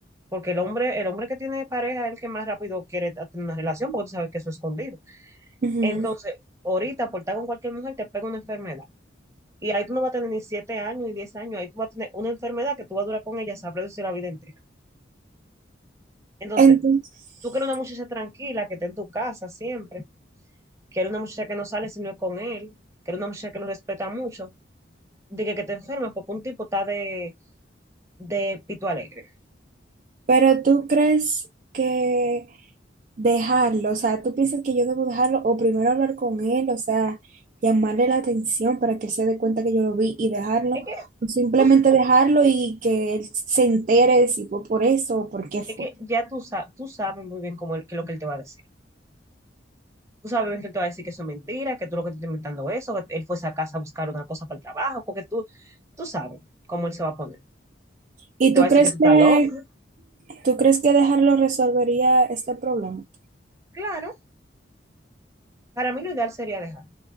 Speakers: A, on the right; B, on the right.
A: porque el hombre, el hombre que tiene pareja es el que más rápido quiere tener una relación, porque tú sabes que eso es escondido.
B: Ujú.
A: Entonces, ahorita por estar con cualquier mujer te pega una enfermedad. Y ahí tú no vas a tener ni siete años ni diez años, ahí tú vas a tener una enfermedad que tú vas a durar con ella, sabrás decir la vida entera. Entonces,
B: Entonces,
A: tú quieres una muchacha tranquila, que esté en tu casa siempre, quieres una muchacha que no sale si no es con él, quieres una muchacha que lo respeta mucho de que, que te enfermes porque un tipo está de, de pito alegre.
B: pero tú crees que dejarlo, o sea, tú piensas que yo debo dejarlo o primero hablar con él, o sea, llamarle la atención para que él se dé cuenta que yo lo vi y dejarlo,
A: Es que,
B: o simplemente
A: tú-
B: dejarlo y que él se entere de si fue por eso o por qué fue.
A: es que ya tú, sa- tú sabes muy bien cómo él- qué es lo que él te va a decir. Tú sabes bien que él te va a decir que eso es mentira, que tú lo que te estás inventando eso, que él fue a esa casa a buscar una cosa para el trabajo, porque tú, tú sabes cómo él se va a poner.
B: ¿Y
A: Y te
B: tú
A: va a decir
B: crees
A: que tú estás
B: que
A: loco.
B: tú crees que dejarlo resolvería este problema?
A: Claro, para mí lo ideal sería dejarlo,